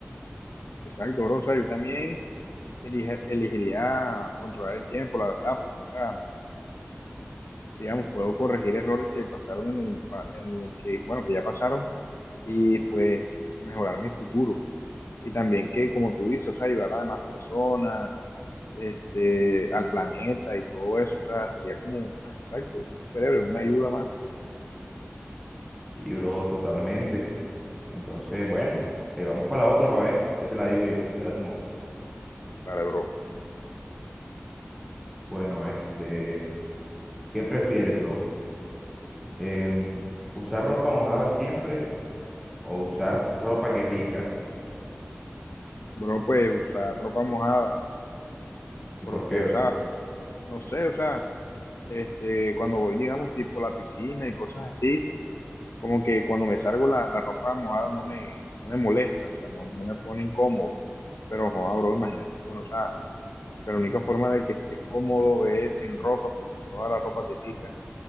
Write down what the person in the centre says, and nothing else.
Sí, bro, totalmente. Entonces, bueno, eh, vamos para la otra, para ver. Ya te la digo yo. Espérate un momento.
Bueno, este, ¿qué prefieres, bro? Em, ¿usar ropa mojada siempre o usar ropa que pica?
¿Y
por qué,
bro?